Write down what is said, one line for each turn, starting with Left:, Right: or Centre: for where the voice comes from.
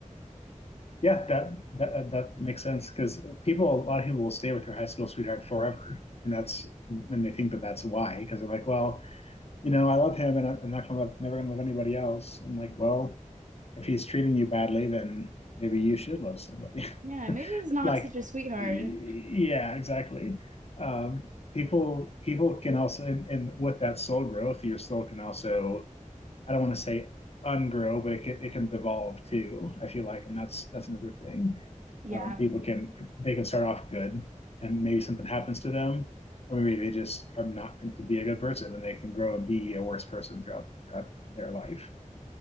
Left: yeah that that that makes sense because people a lot of people will stay with their high school sweetheart forever and that's when they think that that's why because they're like well you know I love him and I'm not gonna love, never gonna love anybody else and like well if he's treating you badly, then maybe you should love somebody.
Right: Yeah,
Left: <laughs>
Right: maybe he's not
Left: like,
Right: such a sweetheart.
Left: yeah, exactly. Um, people people can also, and, and with that soul growth, your soul can also. I don't want to say ungrow, but it can it can devolve too. I feel like, and that's that's another thing.
Right: Yeah.
Left: Um, people can they can start off good, and maybe something happens to them, or maybe they just are not meant to be a good person, and they can grow and be a worse person throughout throughout their life.